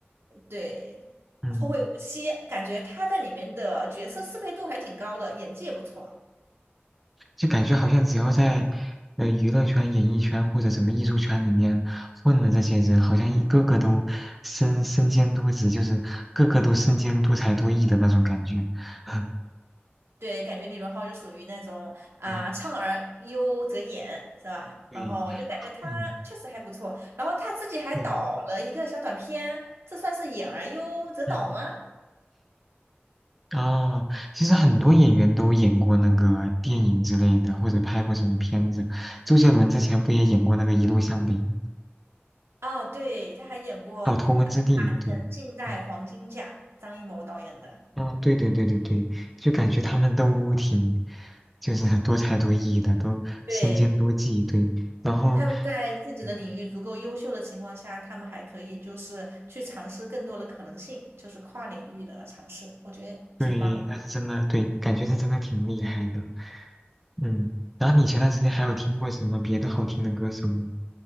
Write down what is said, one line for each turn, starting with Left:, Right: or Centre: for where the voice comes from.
Right: 对
Centre: 嗯。
Right: 《后会无期》，感觉他在里面的角色适配度还挺高的，演技也不错。
Centre: 就感觉好像只要在呃娱乐圈、演艺圈或者什么艺术圈里面混的这些人，好像一个个都身身兼多职，就是个个都身兼多才多艺的那种感觉。<laughs>
Right: 对，感觉李荣浩就属于那种啊、
Centre: 嗯，
Right: 唱而优则演，是吧？
Centre: 对，
Right: 然后我就感觉他确实还不错，
Centre: 嗯，
Right: 然后他自己还导了一个小短片，
Centre: 对，
Right: 这算是演而优则导吗？
Centre: 嗯，啊，其实很多演员都演过那个电影之类的，或者拍过什么片子。周杰伦之前不也演过那个《一路向北》吗？
Right: 啊，对，他还演过。
Centre: 还有《头文字
Right: 呃
Centre: D》，对，
Right: 很近代黄金甲，
Centre: 嗯。
Right: 张艺谋导演的。
Centre: 啊，对对对对对，就感觉他们都挺，就是多才多艺的，都身兼多技，
Right: 对，
Centre: 对，然后，
Right: 他们在自己的领域足够优秀的情况下，
Centre: 嗯
Right: 他们还可以就是去尝试更多的可能性，就是跨领域的尝试，我觉得挺棒的。
Centre: 对，那是真的，对，感觉是真的挺厉害的，嗯，然后你前段时间还有听过什么别的好听的歌手吗？